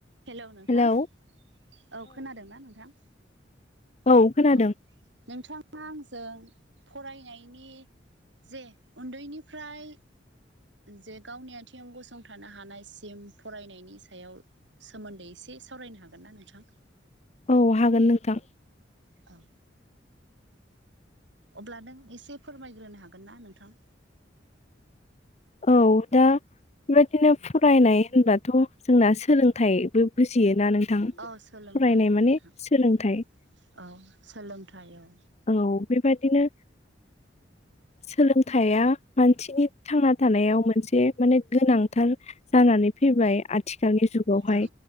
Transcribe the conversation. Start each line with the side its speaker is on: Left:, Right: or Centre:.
Right: हेल' नोंथां
Left: हेलौ
Right: औ खोनादोंना नोंथां?
Left: औ खोनादों
Right: अ नोंथां। आंजों फरायनायनि जे उन्दैनिफ्राय जे गावनि आथिं गसंथानो हानायसिम फरायनायनि सायाव सोमोन्दै एसे सावरायनो हागोन ना नोंथां।
Left: औ हागोन नोंथां?
Right: औ अब्ला नों एसे फोरमायग्रोनो हागोन ना नोंथां?
Left: औ दा बेबायदिनो फरायनाय होनबाथ' जोंना सोलोंथाइबो बुजियोना नोंथां।
Right: औ
Left: फरायनाय
Right: सोलोंथाइ औ
Left: माने
Right: नोंथां
Left: सोलोंथाइ।
Right: औ औ सोलोंथाइ औ।
Left: औ बेबादिनो सोलोंथाइया मानसिनि थांना थानायाव मोनसे माने गोनांथार जानानै फैबाय आथिखालनि जुगावहाय
Right: औ